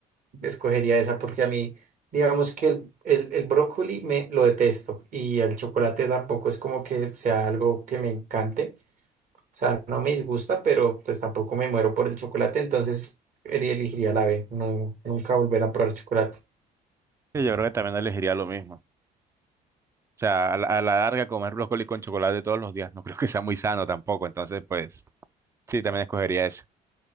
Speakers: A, on the right; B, on the right.
A: escogería esa porque a mí, digamos que el, el- el brócoli me lo detesto y el chocolate tampoco es como que sea algo que me encante. O sea, no me disgusta, pero pues tampoco me muero por el chocolate, entonces eri- elegiría la B, no, nunca volver a probar chocolate.
B: Sí, Yo creo que también elegiría lo mismo. O sea, a la, a la larga comer brócoli con chocolate todos los días no creo que sea muy sano tampoco, entonces pues Sí, también escogería ese.